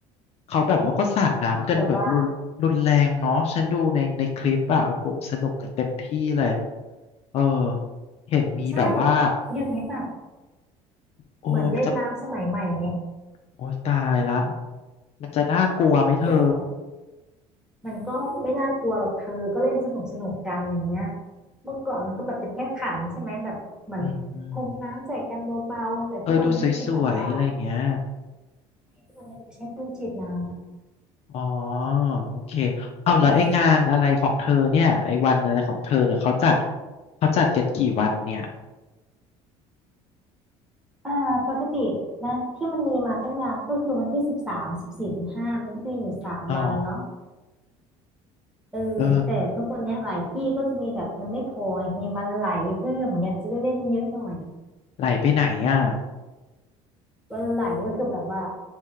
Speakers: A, on the left (about 50°); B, in the centre.
A: เขาแบบว่าก็สาดน้ำกันแบบรุนรุนแรงเนาะฉันดูในในคลิปอะโอ้โหสนุกกันเต็มที่เลย
B: แบบว่า
A: เออเห็นมีแบบว่า
B: ใช่อยู่ในแบบ
A: โอ้มันจะ
B: เหมือนเล่นน้ำสมัยใหม่ไง
A: โอ้ยตายละมันจะน่ากลัวไหมเธอ
B: เมื่อก่อน มันก็ไม่น่ากลัวหรอกเธอก็เล่นสนุกสนุกกันอย่างเงี้ยเมื่อก่อนมันก็แบบเป็นแค่ขันใช่ไหมแบบเหมือนพรมน้ำใส่กันเบาๆแต่ทุกวันนี้ก็คือแบบว่า
A: อืมอืมเออดูสวยๆอะไรอย่างเงี้ย
B: ทุกวันนี้มันก็ใช้ปืนฉีดน้
A: อ๋อโอเค
B: ำอืม
A: เอาแล้วไอ้งานอะไรของเธอเนี่ยไอ้วันอะไรของเธอเนี่ยเขาจัดเขาจัดกันกี่วันเนี่ย
B: อ่าปกตินะที่มันมีมาตั้งนานก็คือวันที่สิบสามสิบสี่สิบห้ามันก็จะมีอยู่สามวันเนาะ
A: อ๋อ
B: เออแต่ทุกวันเนี้ยหลายที่ก็จะมีแบบมันไม่พอไงมีวันไหลเพิ่มอย่างเงี้ยจะได้เล่นเยอะๆหน่อย
A: เออไหลไปไหนอ่ะ
B: วันไหลก็คือแบบว่า